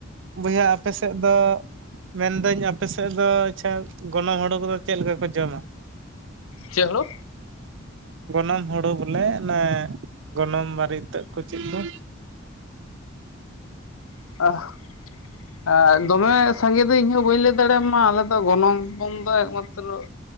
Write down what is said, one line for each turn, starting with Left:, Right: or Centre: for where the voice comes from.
Right: ᱵᱚᱭᱦᱟ ᱟᱯᱮ ᱥᱮᱜ ᱫᱚ ᱢᱮᱱᱫᱟᱹᱧ ᱟᱯᱮ ᱥᱮᱜ ᱫᱚ ᱟᱪᱷᱟ ᱜᱚᱱᱚᱝ ᱦᱳᱲᱳ ᱠᱚᱫᱚ ᱪᱮᱫ ᱞᱮᱠᱟ ᱠᱚ ᱡᱚᱢᱟ
Left: ᱪᱮᱫ ᱦᱳᱲᱳ
Right: ᱜᱚᱱᱚᱝ ᱦᱩᱲᱩ ᱵᱚᱞᱮ ᱚᱱᱮ ᱜᱚᱱᱚᱝ ᱵᱟᱨᱮᱤᱛᱟᱹᱜ ᱠᱚ ᱪᱤᱜ ᱠᱚ,
Left: <inaudible> ᱫᱚᱢᱮ ᱥᱟᱸᱜᱮ ᱫᱚ ᱤᱧ ᱦᱚᱸ ᱵᱟᱹᱧ ᱞᱟᱹᱭ ᱫᱟᱲᱮᱭᱟᱢᱟ ᱟᱞᱮ ᱫᱚ ᱜᱚᱱᱚᱝ ᱯᱚᱱ ᱫᱚ ᱮᱠᱢᱟᱛᱨᱚ